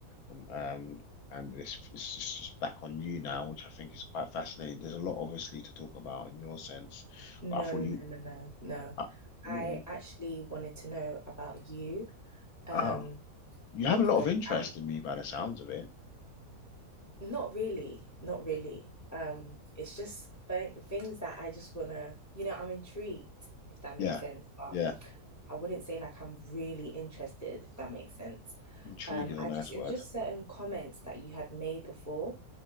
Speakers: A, on the left; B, on the left.
A: Um, um, and it's, it's just it's back on you now, which I think is quite fascinating. There's a lot, obviously, to talk about in your sense,
B: no,
A: but I thought
B: no,
A: you,
B: no, no, no, no.
A: uh,
B: I
A: oh,
B: actually wanted to know about you, um,
A: ah, you have
B: because
A: a lot of interest
B: I
A: in me by the sounds of it.
B: Not really, not really. Um, it's just th things that I just wanna, you know, I'm intrigued, if that makes
A: Yeah,
B: sense. But
A: yeah,
B: I wouldn't say like I'm really interested, if that makes sense.
A: intrigue
B: Um,
A: is
B: I
A: a nice
B: just it
A: word.
B: was just certain comments that you had made before